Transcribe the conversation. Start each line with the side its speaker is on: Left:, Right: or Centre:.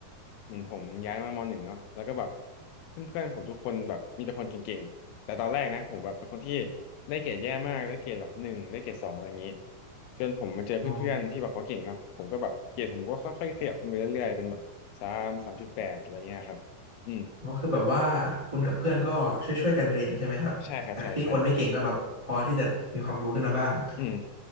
Left: เหมือนผมย้ายมามอหนึ่งเนาะแล้วก็แบบเพื่อนๆผมทุกคนแบบมีแต่คนเก่งๆแต่ตอนแรกนะผมแบบเป็นคนที่ได้เกรดแย่มากได้เกรดแบบหนึ่งได้เกรดสองอะไรอย่างนี้จนผมมาเจอเพื่อนๆที่แบบเขาเก่งเนาะผมก็แบบเกรดผมก็ค่อยๆขยับขึ้นไปเรื่อยๆเป็นแบบสามสามจุดแปดอะไรเงี้ยครับอืม
Right: อ๋อก็คือแบบว่าคุณกับเพื่อนก็ช่วยๆกันเรียนใช่ไหมครับจากที่คนไม่เก่งก็แบบพอที่จะมีความรู้ขึ้นมาบ้าง
Left: ใช่ครับใช่ใช่อืม